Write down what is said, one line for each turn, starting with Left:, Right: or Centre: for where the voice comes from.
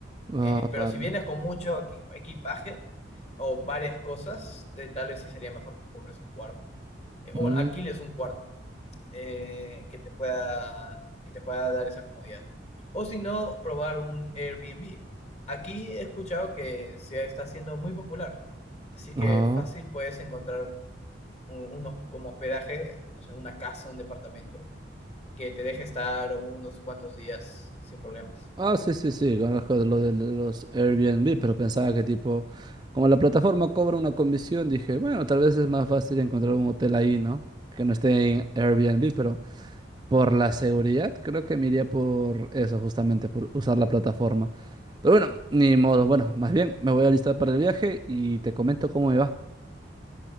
Right: Ah,
Left: Eh, pero
Right: vale.
Left: si vienes con mucho equi- equipaje, o varias cosas, eh, tal vez sí sería mejor que compres un cuarto. Eh, o
Right: Mm,
Left: bueno, alquiles un cuarto eh, que te pueda, que te pueda dar esa comodidad. O si no, probar un Airbnb. Aquí he escuchado que se está haciendo muy popular, así que
Right: ah.
Left: fácil puedes encontrar un- unos como hospedaje, no sé, una casa, un departamento, que te deje estar unos cuantos días sin problemas.
Right: Ah, sí, sí, sí, conozco de lo de los Airbnb, pero pensaba que tipo, como la plataforma cobra una comisión, dije, bueno, tal vez es más fácil encontrar un hotel ahí, ¿no? Que no esté en Airbnb, pero... Por la seguridad, creo que me iría por eso, justamente, por usar la plataforma. Pero bueno, ni modo. Bueno, más bien me voy a listar para el viaje y te comento cómo me va.